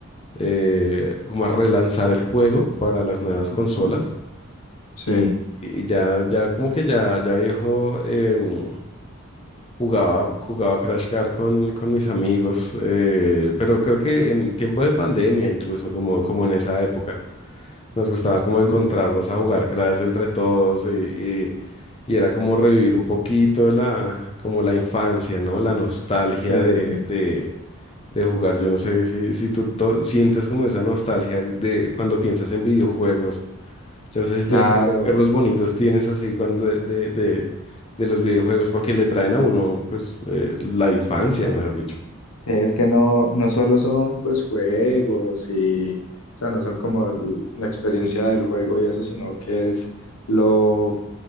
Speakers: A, on the left; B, on the left.
A: eh, como a relanzar el juego para las nuevas
B: Ujú.
A: consolas
B: Sí,
A: y, y ya, ya como que ya, ya viejo. em, Jugaba, jugaba Crash Car con, con mis amigos, eh, pero creo que en tiempo de pandemia incluso, como, como en esa época, nos gustaba como encontrarnos
B: sí,
A: a jugar Crash entre todos y, y- y era como revivir un poquito la, como la infancia, ¿no? La nostalgia
B: sí,
A: de, de, de jugar. Yo no sé si, si tú to- sientes como esa nostalgia de cuando piensas en videojuegos yo no sé si
B: claro.
A: tiene, qué recuerdos bonitos tienes así cuando de, de, de- de los videojuegos, porque le traen a uno, pues, eh, la infancia, mejor dicho.
B: Es que no, no solo son pues juegos y, o sea, no son como el- la experiencia del juego y eso, sino que es lo,